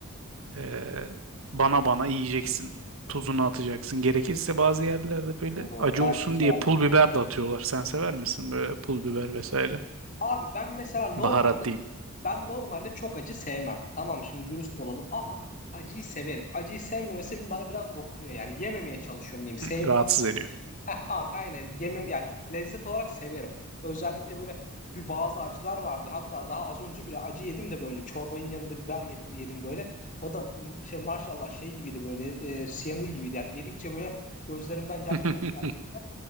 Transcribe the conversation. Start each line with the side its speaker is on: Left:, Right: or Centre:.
Right: e, bana bana yiyeceksin. Tuzunu atacaksın. Gerekirse bazı yerlerde böyle
Left: Oo,
Right: acı
Left: gayet
Right: olsun
Left: güzel
Right: diye
Left: anlat.
Right: pul biber de atıyorlar. Sen sever misin böyle pul biber vesaire?
Left: Abi ben mesela normalde
Right: Baharat diyeyim.
Left: ben normalde çok acı sevmem. Tamam şimdi dürüst olalım ama acıyı severim. Acıyı sevmemesi bana biraz dokunuyor yani. Yememeye çalışıyorum diyeyim. Sevmiyorum
Right: Hı, Rahatsız ediyor.
Left: Heh, a- aynen yeme yani lezzet olarak severim. Özellikle böyle bir bazı acılar vardır. Hatta daha az önce bile acı yedim de böyle çorbanın yanında biber getir yedim böyle. O da mm, şey maşallah şey gibiydi böyle e, siyanür gibiydi. Yani yedikçe böyle gözlerimden yaş
Right: <laughs>
Left: geldi gerçekten.